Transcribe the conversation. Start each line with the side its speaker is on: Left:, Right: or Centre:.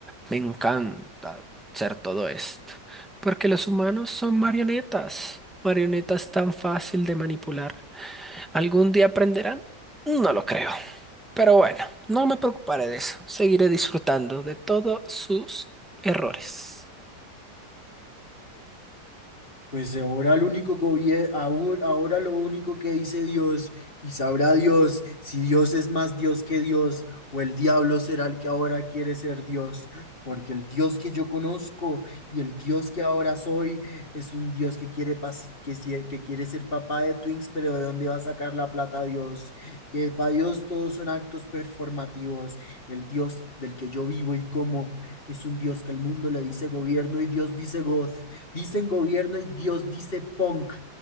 Centre: Me encanta hacer todo esto, porque los humanos son marionetas, marionetas tan fácil de manipular. ¿Algún día aprenderán? No lo creo. Pero bueno, no me preocuparé de eso. Seguiré disfrutando de todos sus errores.
Left: Pues ahora lo único que obvie- ahu- ahora lo único que dice Dios y sabrá Dios si Dios es más Dios que Dios o el diablo será el que ahora quiere ser Dios, porque el Dios que yo conozco y el Dios que ahora soy es un Dios que quiere pas- que, sie- que quiere ser papá de Twinks, pero ¿de dónde va a sacar la plata Dios? Que para Dios todos son actos performativos. El Dios del que yo vivo y como es un Dios que el mundo le dice gobierno y Dios dice God. Dicen gobierno y Dios dice punk.